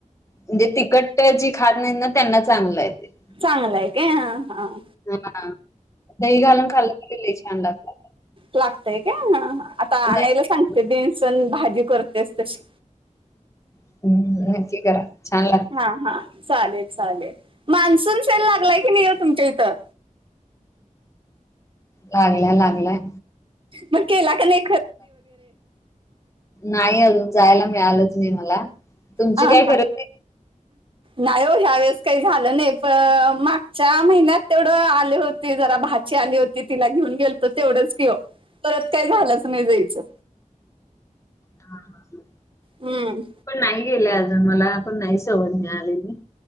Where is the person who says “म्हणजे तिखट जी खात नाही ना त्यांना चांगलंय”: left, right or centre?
Left